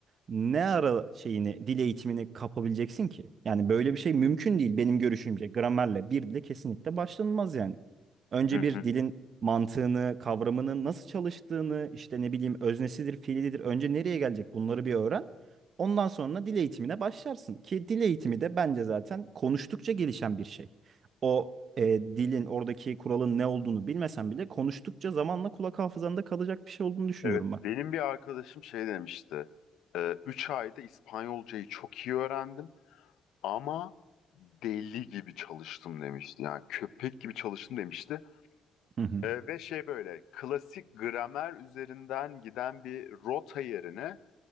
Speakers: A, on the right (about 55°); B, on the left (about 85°).
A: ne ara şeyini dil eğitimini kapabileceksin ki? Yani böyle bir şey mümkün değil benim görüşümce. Gramerle bir dile kesinlikle başlanılmaz yani. Önce
B: hı hı.
A: bir dilin mantığını, kavramının nasıl çalıştığını, işte ne bileyim öznesidir, fiilidir, önce nereye gelecek bunları bir öğren. Ondan sonra dil eğitimine başlarsın. Ki dil eğitimi de bence zaten konuştukça gelişen bir şey. O e, dilin oradaki kuralın ne olduğunu bilmesen bile konuştukça zamanla kulak hafızanda kalacak bir şey olduğunu düşünüyorum
B: Evet,
A: ben.
B: benim bir arkadaşım şey demişti. E, 3 ayda İspanyolcayı çok iyi öğrendim. Ama deli gibi çalıştım demişti. Yani köpek gibi çalıştım demişti.
A: Hı hı.
B: Ee, ve şey böyle klasik gramer üzerinden giden bir rota yerine